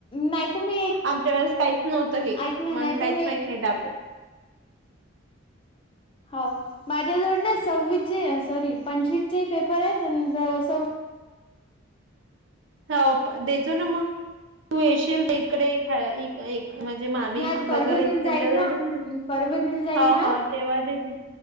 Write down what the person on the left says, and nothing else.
नाही तर मी एक
ऐक ना
नाही
तर मी
एक
हाव, माझ्या जवळ ना सव्वीसचे सॉरी पंचवीसचे पेपर एत अन् सव
मी आज परभणीला
जाईल
ना परभणीला जाईल
ना